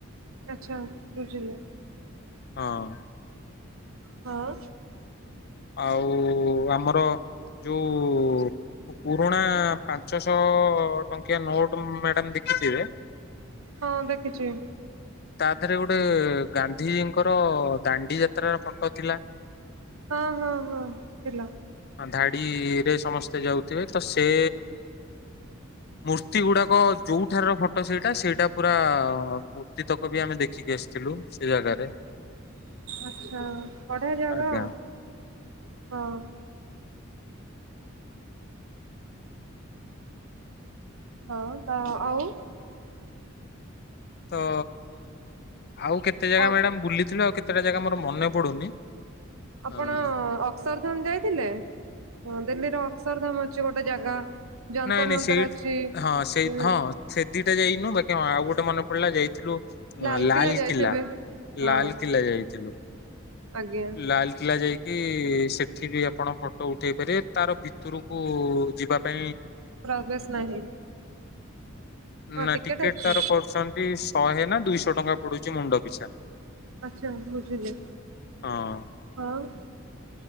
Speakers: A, on the right; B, on the left.
A: ଆଛା ହୋଉ ବୁଝିଲି।
B: ହଁ।
A: ହଁ।
B: ଆଉ ଆମର ଯୋଉ ପୁରୁଣା ପାଞ୍ଚଶହ ଟଙ୍କିଆ ନୋଟ ମ୍ୟାଡ଼ାାମ ଦେଖିଥିବେ?
A: ହଁ ଦେଖିଚି।
B: ତା ଦେହରେ ଗୋଟେ ଗାନ୍ଧିଜୀଙ୍କର ଦାଣ୍ଡି ଯାତ୍ରାର ଫଟୋ ଥିଲା।
A: ହଁ ହଁ ହଁ। ଥିଲା।
B: ଧାଡିରେ ସମସ୍ତେ ଯାଉଥିବେ ତ ସେ ମୂର୍ତ୍ତି ଗୁଡାକ ଯୋଉଠାର ର ଫଟୋ ସେଇଟା ସେଇଟା ପୁରା କୁର୍ତ୍ତିତକ ବି ଆମେ ଦେଖିକି ଆସିଥିଲୁ ସେ ଜାଗାରେ।
A: ଆଛା ବଢିଆ ଜାଗ
B: ଆଜ୍ଞା
A: ଆଉ ହଁ। ହୋଉ ତ ଆଉ
B: ତ ଆଉ କେତେ ଜାଗା
A: ଆଉ
B: ମ୍ୟାଡାାମ ବୁଲିଥିଲୁ ଆଉ କେତେଟା ଜାଗା ମୋର ମନେ ପଡୁନି।
A: ଆପଣ
B: ହଁ।
A: ଅକ୍ଷରଧାମ ଯାଇଥିଲେ ଦିଲ୍ଲୀର ଅକ୍ଷରଧାମ ଅଛି ଗୋଟେ ଜାଗା? ଯନ୍ତର
B: ନାଇଁ ନାଇଁ
A: ମନ୍ତର
B: ସେଇ
A: ଅଛି
B: ହଁ ସେଇ
A: ଉ
B: ହଁ ସେ ଦିଇଟା ଯାଇନୁ ବାକି ହଁ ଆଉ ଗୋଟେ ମେନେ ପଡିଲା ଯାଇଥିଲୁ
A: ଲାଲକିଲ୍ଲା
B: ଲାଲକିଲା
A: ଯାଇଥିବେ ହଁ
B: ଲାଲକିଲା ଯାଇଥିଲୁ।
A: ଆଜ୍ଞା।
B: ଲାକିଲ୍ଲା ଯାଇକି ସେଠି ବି ଆପଣ ଫଟୋ ଉଠାଇ ପାରିବେ ତାର ଭିତରକୁ ଯିବା ପି
A: ପ୍ରବେଶ ନାହିଁ। ହଁ
B: ନା ଟିକେଟ
A: ଅଛି
B: ତାର କରୁଚନ୍ତି ଶହେ ନା ଦୁଇଶହ ଟଙ୍କା ପଡୁଛି ମୁଣ୍ଡ ପିଛା।
A: ଆଛା ବୁଝିଲି।
B: ହଁ
A: ହଁ।